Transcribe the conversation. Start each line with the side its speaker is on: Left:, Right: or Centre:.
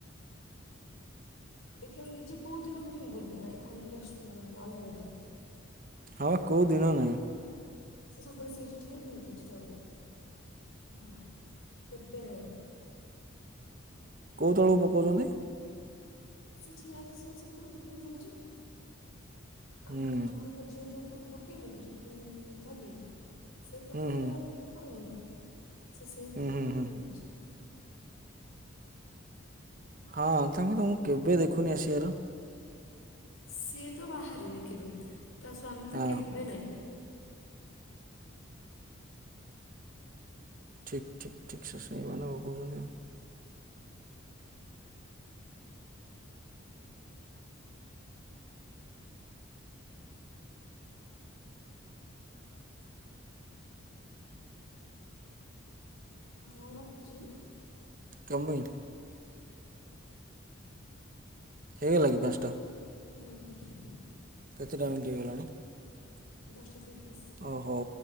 Left: ଦେଖିଲାବେଳକୁ ନିଜେ କୋଉ ଦିନ ବି ଫିଙ୍ଗୁନି ଆଣି ଆଣିକି ଡଷ୍ଟ ପି ଅଳିଆ ଗାଡ଼ିରେ।
Right: ହଁବା କୋଉ ଦିନ ନାଇଁ।
Left: ସେ ସବୁବେଳେ ସେଇଠି ଠିଆହେଇ ପିଙ୍ଗୁ ଥବ ହେଲା କେବେନାଇଁ।
Right: କୋଉ ତଳକୁ ପକଉଚନ୍ତି?
Left: ସେ ଠିଆ ହେଇକି ସବୁ ସେପଟକୁ ଫିଙ୍ଗି ଦଉଚି,
Right: ହୁଁ।
Left: ଆମ ଯୋଉ ଝର ତା ଝିଅ ଯୋଉ ପଟରେ ପକେଇନି କି ଯୋଉପଟ ଚାବି ସେଇ ପଟେ
Right: ହୁଁ, ହୁଁ।
Left: ଅଳିଆ ପଡ଼ୁନି କି? ସେ ସେଇ
Right: ହୁଁ,
Left: ପଟୁ
Right: ହୁଁ,
Left: ହିଁ
Right: ହୁଁ।
Left: ଫିଙ୍ଗୁଚି।
Right: ହଁ, ତାଙ୍କୁ ତ ମୁଁ କେବେ ଦେଖୁନି ଆସିଆର?
Left: ସିଏ ତ ବାହାରେନି କେବେ, ତା ସ୍ୱାମୀ
Right: ହଁ
Left: ତ କେବେନାଇଁ।
Right: ଠିକ୍ ଠିକ୍ ଠିକ୍ ସୁସ୍ମି ମାଡାମ୍ କହୁଚନ୍ତି ଆଉ।
Left: ହ ହଉ ରଖୁଚି।
Right: କଁ ମାଇଁ? ହେଇଗଲା କି ପାଁସ୍ଟା?
Left: ହୁଁ।
Right: କେତେ ଟା ମିଣ୍ଟି ହେଇଗଲାଣି?
Left: ଦଶଟା ସଇତିରିଶ୍।
Right: ଅ ହଉ।